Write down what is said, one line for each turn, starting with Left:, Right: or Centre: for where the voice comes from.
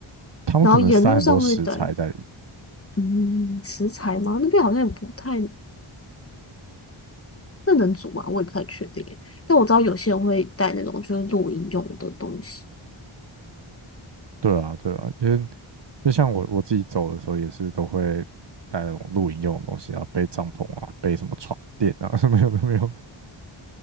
Right: 他们可能塞很多食材在里面。
Left: 然后沿路上会带，嗯，食材吗？那边好像也不太，那能煮吗？我也不太确定耶但我知道有些人会带那种就是露营用的东西。
Right: 对啊，对啊，因为就像我我自己走的时候也是都会带那种露营用的东西啊，背帐篷啊，背什么床垫啊，<laughs> 什么有的没有。